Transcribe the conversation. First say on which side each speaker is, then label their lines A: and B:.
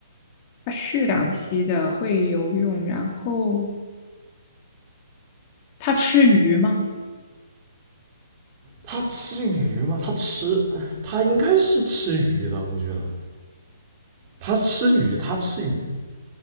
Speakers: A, on the left; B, on the right.
A: 他是两栖的，会游泳。然后他吃鱼吗？
B: 它吃鱼吗？它吃，它应该是吃鱼的。我觉得它吃鱼，它吃鱼，